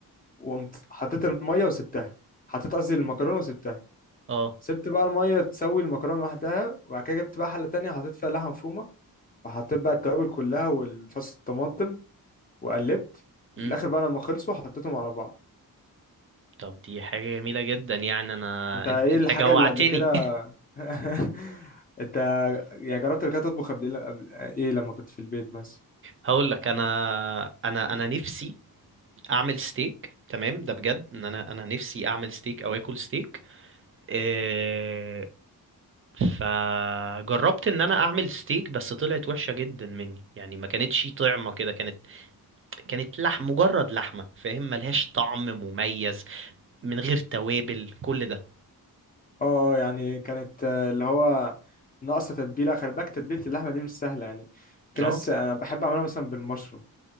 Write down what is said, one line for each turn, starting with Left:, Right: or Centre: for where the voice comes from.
Left: وقمت حطيت الميه وسبتها حطيت قصدي المكرونه وسبتها
Right: اه
Left: سبت بقى المية تسوي المكرونة لوحدها وبعد كده جبت بقى حلة تانية حطيت فيها لحمة مفرومة وحطيت بقى التوابل كلها والصوص الطماطم وقلبت وفي
Right: امم
Left: الآخر بقى لما خلصوا حطيتهم على بعض
Right: طب دي حاجه جميله جدا يعني انا
Left: أنت إيه
Right: انت انت
Left: الحاجة
Right: جوعتني
Left: اللي قبل كده <laughs> أنت يعني جربت قبل كده تطبخ قبل قبل- إيه لما كنت في البيت مثلا
Right: هقول لك انا انا انا نفسي اعمل ستيك تمام ده بجد ان انا انا نفسي اعمل ستيك او اكل ستيك إيه فجربت ان انا اعمل ستيك بس طلعت وحشة جدا مني يعني ما كانتش طعمة كده كانت كانت لحم مجرد لحمة فاهم ملهاش طعم مميز من غير توابل كل ده
Left: أه أه يعني كانت آه، اللي هو ناقصة تتبيلة خلي بالك تتبيلة اللحمة دي مش سهلة يعني في
Right: اه
Left: ناس أنا بحب أعملها مثلا بالمشروم